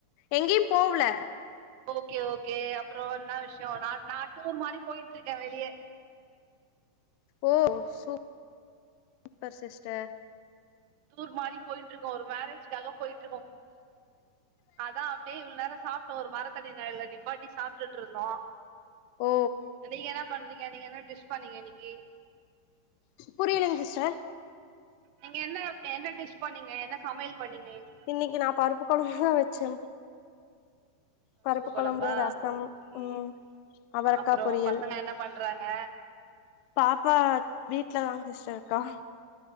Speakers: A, on the left; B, on the right.
A: எங்கியும் போவல
B: ஓகே ஓகே அப்புறோ இன்னா விஷ்யோ நா நா டூர் மாரி போயிட்டுருக்கே வெளியே
A: ஓ சூ <inaudible> பர் சிஸ்டர்
B: டூர் மாரி போயிட்டுருக்கோ ஒரு மேரேஜ்காக போயிட்ருக்கோ அதா அப்டியே இவ்ளோ நேரோ சாப்ட்டோ ஒரு மரத்தடி நிழல்ல நிப்பாட்டி சாப்ட்டுட்டுருந்தோ
A: ஓ
B: நீங்க என்ன பண்றீங்க நீங்க என்ன டிஸ் பண்ணீங்க இன்னைக்கு
A: புரியலங்க சிஸ்டர்
B: நீங்க என்ன என்ன டிஷ் பண்ணீங்க என்ன சமயல் பண்ணீங்க இன்னிகி
A: இன்னைக்கு நா பருப்பு கொழம்புதா வச்சே பருப்பு
B: குழம்பா
A: கொழம்பு ரசம்
B: ஓகே
A: ம் அவரக்கா
B: அப்புறம்
A: பொரியல்
B: பசங்க என்ன பண்றாங்க
A: பாப்பா வீட்ல தாங் கிருஸ் இருக்கா